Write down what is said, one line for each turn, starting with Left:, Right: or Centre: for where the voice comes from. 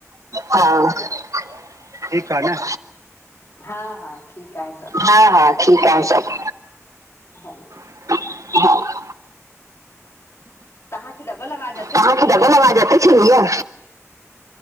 Right: हा <unintelligible> ठीक आ न,
Left: हा -हा, ठीकु आ सभु।
Right: हा -हा ठीकु आ सब।
Left: हा <inaudible>
Right: <unintelligible>
Left: तवांखे डबल आवाज अच
Right: तहांखे डबल आवाज अचे थी या